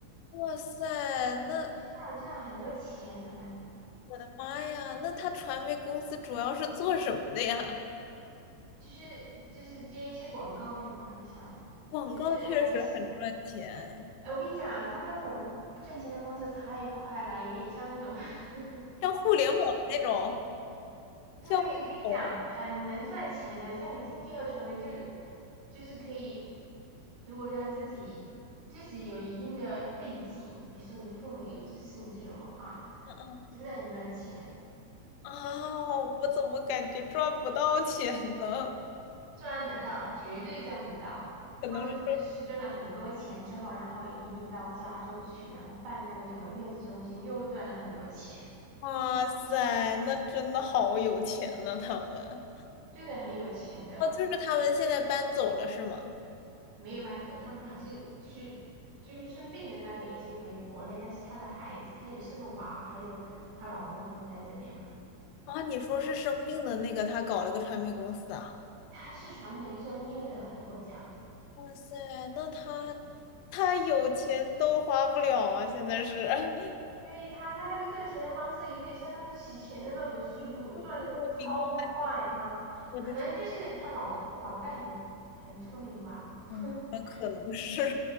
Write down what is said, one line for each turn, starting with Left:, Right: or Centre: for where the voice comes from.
Left: 哇塞，那
Right: 那我赚了很多钱，他们
Left: 我的妈呀，那他传媒公司主要是做什么的呀？
Right: 就是就是接一些广告什么的，好像
Left: 广告确实很赚钱，
Right: 就是还是，哎，我跟你讲啊他那种赚钱的方式太快了，有点像那种 <laughs>
Left: 像互联网那种，
Right: 对，
Left: 像网红，
Right: 我跟你讲，很能赚钱的，像你经济和传媒就就是可以，如果让自己自己有一定的背景，比如说你父母又支持你这种的话，
Left: 嗯嗯
Right: 真的很赚钱。
Left: 啊，我怎么感觉赚不到钱呢？
Right: 赚得到，绝对赚得到。
Left: <laughs> 可能是，
Right: 他们真的是赚了很多钱之后，然后移民到加州去，然后办那个什么月子中心，又赚了很多钱。
Left: 哇塞，那真的好有钱呢，他们。
Right: 真的，很有钱的
Left: 哦，就是他们现在搬走了，是吗？
Right: 没有搬走，他们还是就是就是生病的那个已经回国内，但是他的孩子，他也是个娃，还有她老公他们在这边嘛。
Left: 啊，你说是生病的那个，他搞了个传媒公司啊？
Right: 他是传媒专业的，他给我讲，
Left: 哇塞，那他 <laughs> 他有钱都花不了啊！现在是，<laughs>
Right: 所以他他那个赚钱的方式有点像那个洗钱的那种速度，赚的超快他。
Left: 我明，我的天，
Right: 可能就是他脑脑袋很很聪明吧。<laughs>
Left: 嗯，那可能是